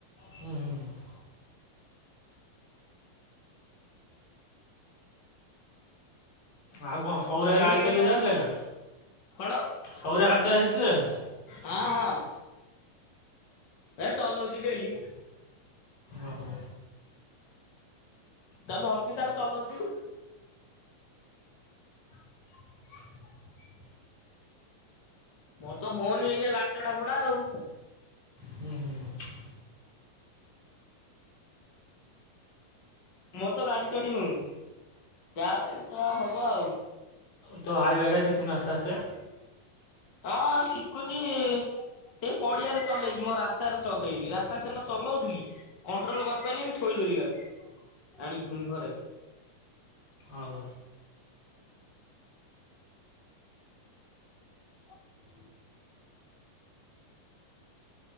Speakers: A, on the left; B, on the left.
A: ହଁ- ହଁ -ହଁ। ଆଉ କଣ ସବୁରା
B: ଏଇ
A: ଗାଡି
B: ଏଇନା
A: ଚଲେଇ ଯାଉଥିଲେ ନା
B: କଣ
A: ସବୁରା ଗାଡି ଚଲେଇ ଶିକିଗଲେଣି?
B: ହଁ- ହଁ ଏ ଚଲଉଚି ଡେଲି।
A: ଓହୋ
B: ତା ଧର୍ ଚି ତାର ଚଲଉଚି। <unintelligible> ମୋର ତ ହଉନି ଇଏ ବାଟ ଟା ପଡା ଆଉ।
A: ହୁଁ - ହୁଁ
B: ମୋର ତ ଗାଡି ଚଢି ହଉନି ଯାହା କ ଯାହା ହବ ଆଉ
A: ତ ହାଇୱା ହକା ସିକୁନୁ ଆସ୍ତେ ଆସ୍ତେ।
B: ହଁ ହଁ ଶିକୁଚି ସେ ପଡିଆରେ ଚଲେଇଚି ମୋ ରାସ୍ତାରେ ଚଲେଇନି ରାସ୍ତା ସେନା ଚଲଉଥିଲି କଣ୍ଟ୍ରୋଲ କରିପାରିଲିନି ଥୋଇଦେଲି ଗାଡି ଆଣିକି ପୁଣି ଘରେ।
A: ଆଉ
B: <unintelligible>